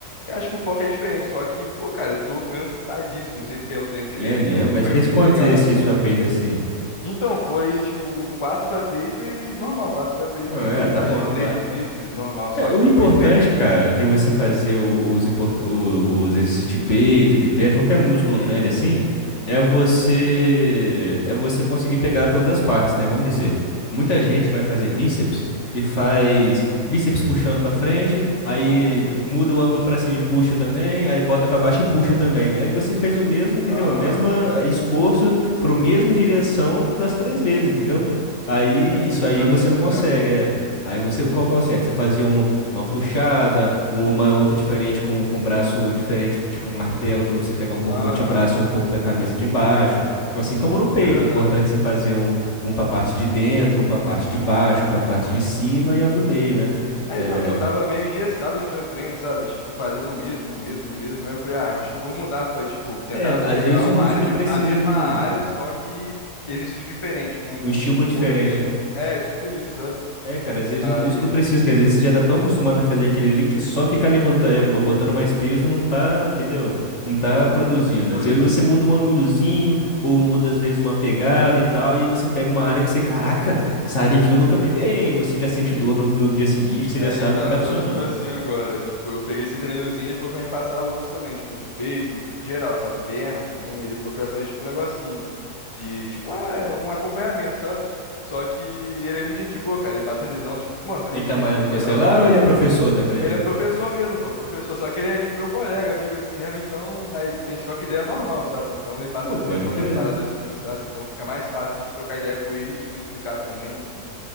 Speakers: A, on the left (about 20°); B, on the left (about 45°).
A: Eu acho que o foco é diferente, só que, pô, cara, eu tô cansadíssimo. Não sei porque é o treino diferente,
B: é mesmo?
A: eu
B: Mas
A: fui
B: fez
A: muito
B: quantos
A: pegado.
B: exercícios a peito assim?
A: Então, foi tipo quatro para peito e normal, quatro para peito
B: Ah,
A: e foi
B: é, tá
A: acho
B: bom,
A: que três
B: quatro.
A: de tríceps normal,
B: É,
A: só
B: o
A: que
B: importante,
A: foi diferente.
B: cara, de você fazer o- os, import- o- os exercícios de peito, de perna, de qualquer músculo
A: Uhum,
B: grande assim, é você é você conseguir pegar todas as partes, né? Vamos dizer, muita gente vai fazer bíceps e faz bíceps puxando pra frente, aí
A: uhum,
B: muda o ângulo pra cima e puxa também, aí bota pra baixo e puxa também. Aí você fez o mesmo, entendeu?
A: aham.
B: O mesmo eh, esforço pro mesma direção das três vezes, entendeu? Aí
A: Às
B: isso
A: vezes
B: aí
A: vai
B: você
A: disso
B: não consegue,
A: mesmo.
B: é. Aí você, qual que é o certo? Você fazia um uma puxada, uma é outra diferente com, com um braço diferente, tipo um martelo para você pegar um pouco
A: Aham,
B: do antebraço e um pouco da cabeça de baixo. Assim como no peito,
A: verdade.
B: é importante você fazer um, um para a parte de dentro, um para a parte de baixo, um para a parte de cima e um do meio, né?
A: É
B: É,
A: então que eu tava meio engessado no meu treino, sabe? Tipo, fazendo o mesmo, o mesmo, o mesmo. Aí eu falei, ah, acho que eu vou mudar. Foi tipo, tentar
B: é, às
A: pegar
B: vezes
A: uma
B: o músculo
A: área de,
B: precisa
A: a mesma
B: de um,
A: área, só que exercício diferente, um,
B: um estímulo
A: um, um
B: diferente,
A: movimento. dif-
B: né?
A: É, tipo isso, sabe?
B: É, cara, às vezes
A: Aí,
B: o músculo precisa, que às vezes você já tá tão acostumado a fazer aquele ali que só ficar levantando, é, bo- botando
A: uhum,
B: mais peso não tá, entendeu? Não tá produzindo.
A: é tipo
B: Às
A: isso.
B: vezes você muda um ângulozinho, ou muda às vezes uma pegada e tal, e aí você pega uma área que você, caraca, essa área aqui eu nunca peguei, hein? e você já sente dor no, no dia seguinte, que você
A: É,
B: já sabe
A: então,
B: que tá
A: eu
B: funcionando.
A: tô tipo assim agora. Tipo, eu peguei esse treinozinho e ele falou que vai me passar outros também, tipo, de peito, geral, sabe? Perna também. Aí Ele falou que vai fazer tipo um negocinho de, tipo, ah, é um acompanhamento, sabe? Só que ele é muito gente boa, cara. Ele passa a visão, tipo, mano, faz
B: Ele
A: desse
B: tá
A: jeito
B: malhando
A: que é
B: com
A: melhor,
B: você lá
A: papá.
B: ou ele é professor da academia?
A: Ele é professor mesmo, pô, professor. Só que ele é, tipo, meu colega, amigo assim mesmo. Então, aí a gente troca ideia normal, sabe? Então, ele passa
B: Pô,
A: a
B: pode
A: visão
B: crer.
A: de umas paradas assim, sabe? Então, fica mais fácil de trocar ideia com ele e, tipo, explicar também